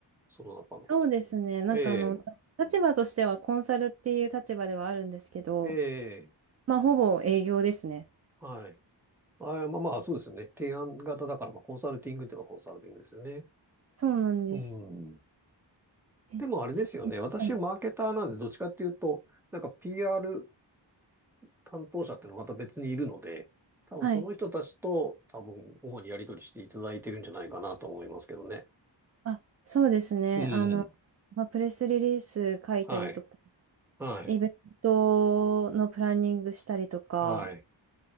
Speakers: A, in the centre; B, on the right (about 35°).
A: その中の。
B: そうですね。なんかあの、
A: ええ、
B: 立場としてはコンサルっていう立場ではあるんですけど、
A: ええ、
B: まあ、ほぼ営業ですね。
A: はい。あー、まあまあ、そうですよね。提案型だから、まあ、コンサルティングって言えばコンサルティングですよね。
B: そうなんです。
A: うん。
B: え、
A: でもあれですよね。
B: ちなみに、
A: 私、
B: はい。
A: マーケターなんで、どっちかっていうと、なんか PR 担当者っていうのはまた別にいるので、多分その人たちと、
B: はい。
A: 多分、主にやり取りしていただいてるんじゃないかなと思いますけどね。
B: あ、そうですね。
A: うん。
B: あの、まあ、プレスリリース書いたりとか、
A: はい。はい。
B: イベントのプランニングしたりとか、
A: はい。